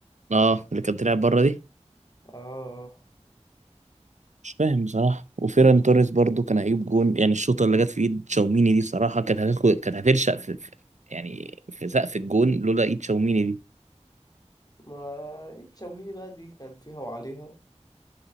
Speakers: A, on the right; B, on the left.
A: اه اللي كانت طلعت بره دي
B: آه
A: مش فاهم بصراحة وفيران توريس برضو كان هيجيب جون يعني الشوطة اللي جت في ايد تشاوميني دي بصراحة كانت هتاخد كانت هترشق في في- يعني في سقف الجون لولا ايد تشاوميني دي
B: ما تشاوميني بقى دي كان فيها وعليها